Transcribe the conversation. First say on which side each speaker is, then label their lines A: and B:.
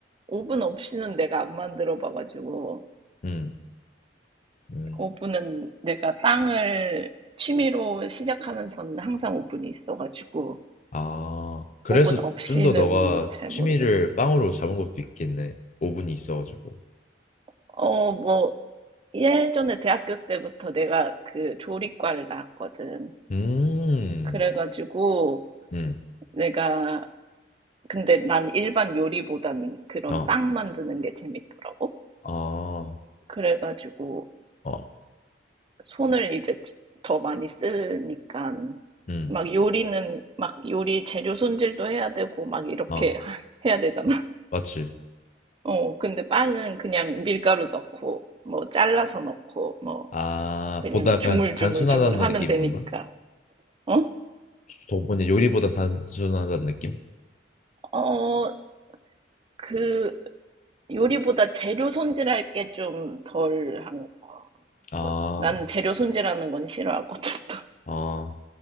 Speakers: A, on the right (about 30°); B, on the left (about 40°).
A: 오븐 없이는 내가 안 만들어 봐가지고,
B: 음, 음.
A: 오븐은 내가 빵을 취미로 시작하면서는 항상 오븐이 있어가지고,
B: 아, 그래서
A: 오븐 없이는
B: 좀 더 너가
A: 잘
B: 취미를
A: 모르겠어.
B: 빵으로 잡은 것도 있겠네. 오븐이 있어가지고.
A: 어, 뭐, 예전에 대학교 때부터 내가 그 조리과를 나왔거든.
B: 음,
A: 그래가지고
B: 음,
A: 내가 근데 난 일반 요리보단 그런
B: 어,
A: 빵 만드는 게 재밌더라고.
B: 어,
A: 그래가지고
B: 어,
A: 손을 이제 더 많이 쓰니까
B: 음,
A: 막 요리는 막 요리 재료 손질도 해야 되고 막 이렇게
B: 어,
A: <laughs> 해야 되잖아.
B: 맞지.
A: 어, 근데 빵은 그냥 밀가루 넣고 뭐 잘라서 넣고 뭐
B: 아,
A: 그냥
B: 보다 약간
A: 주물주물주물
B: 단순하다는
A: 하면
B: 느낌인
A: 되니까.
B: 건가?
A: 어?
B: 도- 뭐냐, 요리보단 단순하다는 느낌?
A: 어, 그 요리보다 재료 손질할 게 좀 덜 한
B: 아,
A: 거지. 나는 재료 손질하는 건 싫어하거든. <laughs>
B: 아,